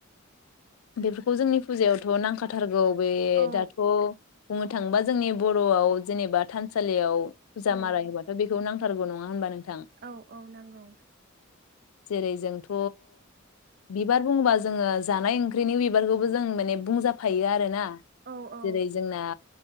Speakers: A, on the left; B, on the right.
A: बेफोरखौ जोंनि फुजायावथ' नांखाथारगौ बे
B: औ
A: दाथ' बुंनो थाङोबा जोंनि बर'आव जेनेबा थानसालियाव फुजा
B: औ
A: माराय होबाथ' बेखौ नां सारग' नङा होनबा नों?
B: औ औ नांगौ।
A: जेरै जोंथ' बिबार बुङोबा जोङो जानाय ओं ओंख्रिनि बिबारखौबो जों माने बुंजाफायो आर ना
B: औ औ
A: जेरै जोंना